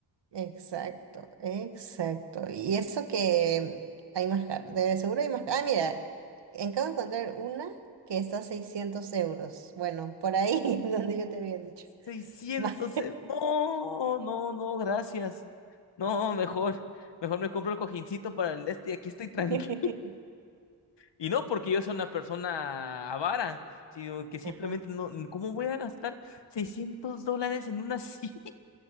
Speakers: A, on the right; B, on the left.
A: Exacto, exacto. Y eso que hay más caro, de seguro hay más caro. Ah, mira, acabo de encontrar una que está a 600 euros. Bueno, por ahí <laughs> donde yo te había dicho.
B: seiscientos
A: Más-
B: e- No, no, no, gracias. No, mejor, mejor me compro el cojincito para el este y aquí estoy tranquilo.
A: <laughs>
B: Y no porque yo sea una persona avara, sino que simplemente
A: Ajá,
B: no, ¿cómo voy a gastar 600 dólares en una <laughs> silla?